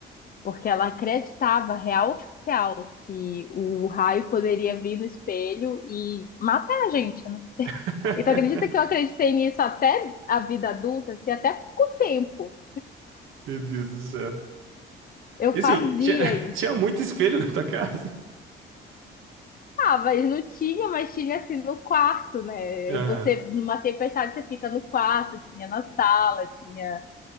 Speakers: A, on the left (about 45°); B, on the right (about 80°).
A: porque ela acreditava, real oficial, que o raio poderia vir no espelho e matar a gente, né?
B: <laughs>
A: E tu acredita que eu acreditei nisso até a vida adulta, assim, até pouco tempo.
B: Meu Deus do céu.
A: Eu
B: E assim,
A: fazia
B: tinha, <laughs>
A: isso.
B: tinha muito espelho na tua casa?
A: Ah, mas não tinha, mas tinha assim no quarto, né?
B: Aham.
A: E você, numa tempestade, você fica no quarto, tinha na sala, tinha.